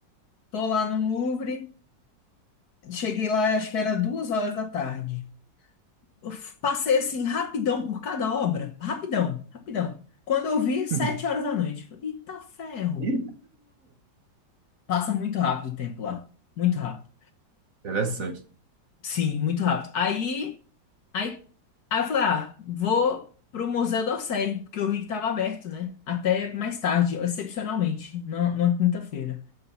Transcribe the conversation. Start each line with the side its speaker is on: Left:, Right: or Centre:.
Left: tô lá no Louvre. Cheguei lá, acho que era duas horas da tarde. Eu f- passei assim, rapidão por cada obra. Rapidão, rapidão. Quando eu vi, sete
Right: <laughs>
Left: horas da noite. Falei, Eita ferro.
Right: Ih,
Left: Passa muito rápido o tempo lá. Muito rápido.
Right: Interessante.
Left: Sim, muito rápido. Aí, aí, aí eu falei, ah, vou pro Museu d'Orsay, porque eu vi que tava aberto, né? Até mais tarde, excepcionalmente, na, na quinta-feira.